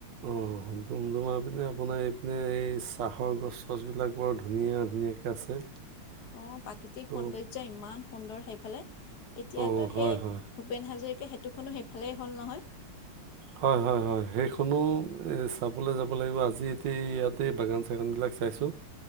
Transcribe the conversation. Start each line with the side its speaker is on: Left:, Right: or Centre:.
Right: অহ সেইটো বোলো আমাৰ পিনে আপোনাৰ এইপিনে এই চাহৰ গছ চছবিলাক বৰ ধুনীয়া ধুনীয়াকৈ আছে
Left: অহ প্ৰাকৃতিক
Right: আৰু
Left: সৌন্দৰ্য ইমান সুন্দৰ সেইফালে এতিয়াতো
Right: অঁ
Left: সেই
Right: হয় হয়
Left: ভূপেন হাজৰিকা সেতুখনো সেইফালেই হ'ল নহয়
Right: হয় হয় হয় সেইখনো চাবলৈ যাব লাগিব আজি এতিয়া ইয়াতে বাগান চাগানবিলাক চাইছোঁ